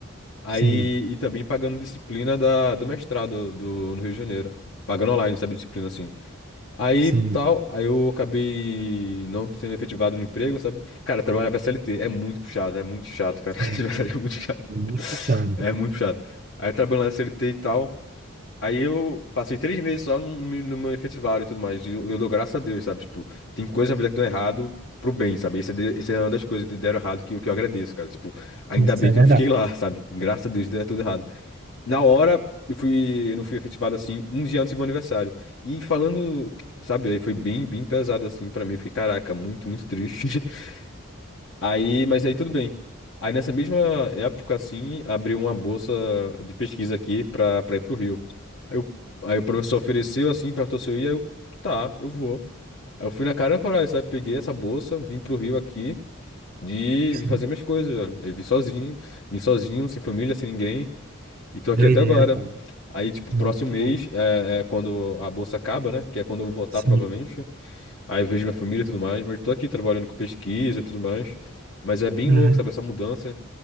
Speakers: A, on the left; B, on the right.
A: aí,
B: sim,
A: e também pagando disciplina da, do mestrado do, no Rio de Janeiro. Pagando online, sabe, disciplina assim. Aí,
B: sim.
A: tal, aí eu acabei não sendo efetivado no emprego, sabe? Cara, trabalhar pra CLT é muito puxado, é muito chato, cara. <laughs>
B: É,
A: De verdade, É muito chato.
B: é muito complicado.
A: É muito puxado. Aí eu trabalhando na CLT e tal. Aí eu passei três meses só no, me- no meu efetivado e tudo mais. E eu, eu dou graças a Deus, sabe? Tipo, tem coisas na vida que dão errado pro bem, sabe? Isso é, de- isso é uma das coisas que deram errado que, eu- que eu agradeço, cara. Tipo, ainda
B: Isso
A: bem
B: é
A: que
B: verdade.
A: eu não fiquei lá, sabe? Graças a Deus deu tudo errado. Na hora, eu fui, eu não fui efetivado assim, um dia antes do meu aniversário. E falando, sabe, aí foi bem, bem pesado assim pra mim. Eu fiquei, caraca, muito, muito triste. <laughs> Aí, mas aí tudo bem. Aí nessa mesma época, assim, abriu uma bolsa de pesquisa aqui pra, pra ir pro Rio. Aí, o aí o professor ofereceu, assim, perguntou se eu ia, eu, tá, eu vou. Aí eu fui na cara e na coragem, sabe? Peguei essa bolsa, vim pro Rio aqui e
B: Sim.
A: vim fazer minhas coisas, olha. Eu vim sozinho, vim sozinho, sem família, sem ninguém. E tô
B: Que
A: aqui
B: doideira,
A: até agora.
B: cara.
A: Aí, tipo,
B: Então,
A: próximo mês é, é quando a bolsa acaba, né? Que é quando eu vou voltar,
B: sim,
A: provavelmente. Aí eu vejo minha família e tudo mais. Mas eu tô aqui trabalhando com pesquisa e tudo mais. Mas é bem
B: é,
A: louco, sabe? Essa mudança.